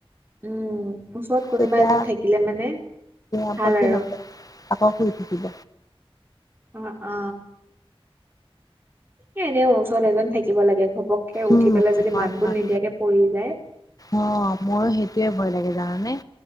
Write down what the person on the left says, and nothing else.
তেতিয়া
আপত্তি
নকৰে। আকৌ শুই থাকিব।
উম
হয়
হয়
অ মোৰো সেইটোয়ে ভয় লাগে জানানে?